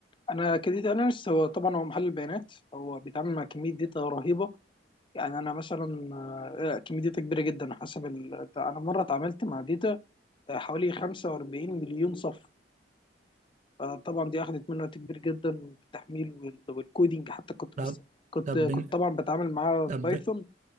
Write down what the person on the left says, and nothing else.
انا كديتا اناليست هو طبعا هو محلل بيانات هو بيتعامل مع كميه داتا رهيبه يعني انا مثلا آه، كميه داتا كبيره جدا حسب ال... انا مره اتعاملت مع داتا آه، حوالي 45 مليون صف آه، طبعا دي اخذت مني وقت كبير جدا في التحميل وال... والكودينج حتى كنت
بس كنت
كنت
طبعا بتعامل معاه
بايثون